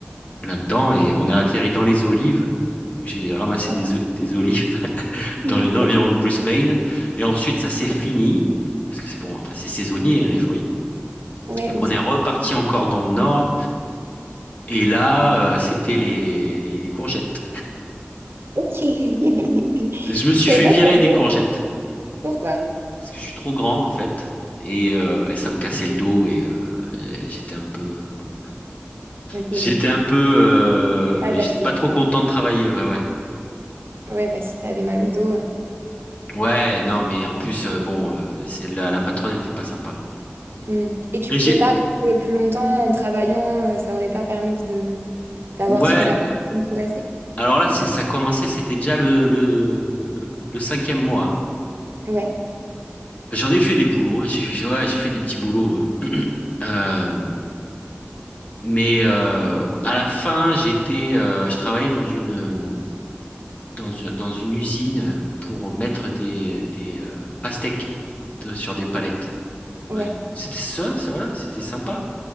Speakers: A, on the left; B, on the right.
A: là-dedans et on a atterri dans les olives. Donc, J'ai ramassé
B: d'accord.
A: des, o- des olives <laughs>
B: <laughs>
A: dans les environs de Brisbane. Et ensuite, ça s'est fini, parce que c'est bon, après, c'est saisonnier, hein, les fruits.
B: Ouais,
A: Donc,
B: bien
A: on
B: sûr.
A: est reparti encore dans le nord. Et là, euh, c'était les, les, les courgettes.
B: Ok. <laughs> Je
A: Je me suis
B: savais
A: fait
B: pas
A: virer
B: que t'avais...
A: des courgettes
B: Pourquoi?
A: parce que je suis trop grand en fait. Et, euh, et ça me cassait le dos et euh, et j'étais un peu euh, bon.
B: Ok,
A: J'étais
B: c'est bon.
A: un peu, euh,
B: Adapté.
A: j'étais pas trop content de travailler. Ouais, ouais,
B: Ouais, bah si t'avais mal au dos. euh,
A: ouais. Non, mais en plus, euh, bon, euh, c'est- la, la patronne n'était pas sympa.
B: Mm. Et tu
A: Et
B: pouvais
A: j'ai,
B: pas rester plus longtemps en travaillant, euh, ça aurait pas permis de d'avoir
A: ouais.
B: suffisamment de temps pour rester.
A: Alors là, c'est ça commençait. C'était déjà le le, le cinquième mois.
B: Ouais,
A: J'en ai fait des boulots. J'ai, j'ai- ouais, j'ai fait des petits boulots. <clears throat> Mais euh, à la fin, j'étais, euh, je travaillais dans une, dans, une- dans une usine pour mettre des, des euh, pastèques de- sur des palettes.
B: ouais.
A: Ouais. C'était ça, c'est voilà, c'était sympa.